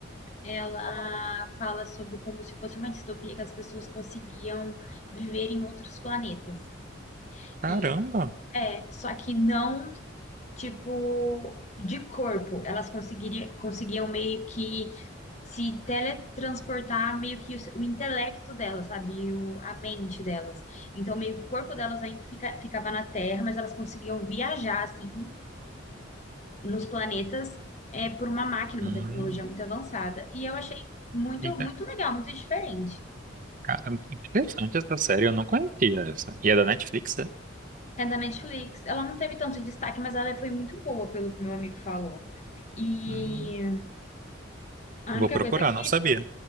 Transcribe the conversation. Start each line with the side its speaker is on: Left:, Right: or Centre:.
Left: ela fala sobre como se fosse uma distopia que as pessoas conseguiam viver em outros planetas.
Right: Caramba!
Left: E é, só que não, tipo, de corpo. Elas conseguiriam, conseguiam meio que se teletransportar meio que o, o intelecto delas, sabe? E o- a mente delas. Então, meio que o corpo delas ainda fica- ficava na Terra, mas elas conseguiam viajar, assim, nos planetas, é, por uma máquina,
Right: Hum,
Left: uma tecnologia muito avançada. E eu achei muito,
Right: que inte-
Left: muito legal, muito diferente.
Right: caramba, que interessante essa série. Eu não conhecia essa. E é da Netflix, é?
Left: É da Netflix. Ela não teve tanto destaque, mas ela foi muito boa, pelo que meu amigo falou. E
Right: Hum,
Left: a
Right: vou
Left: única
Right: procurar,
Left: coisa é que
Right: não sabia.
Left: assim,